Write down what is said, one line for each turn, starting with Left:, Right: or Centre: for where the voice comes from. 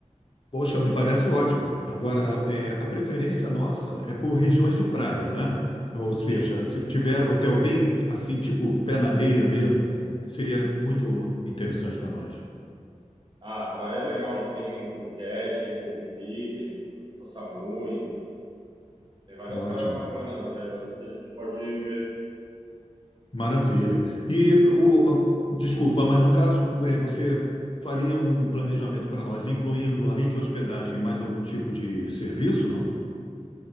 Left: Poxa, me parece ótimo. Agora, é, a preferência nossa é por regiões de praia, né? Ou seja,
Right: Sim.
Left: se tiver hotel bem assim, tipo pé na areia mesmo, seria muito interessante para nós.
Right: Ah, a praia é legal. Lá tem Phuket, tem Koh Phi Phi, tem Koh Samui. Tem várias
Left: Ótimo,
Right: praias bacanas na Tailândia que a gente pode ver.
Left: maravilha. E o, o- desculpa, mas no caso, é, você faria um planejamento para nós, incluindo, além de hospedagem, mais algum tipo de serviço, não?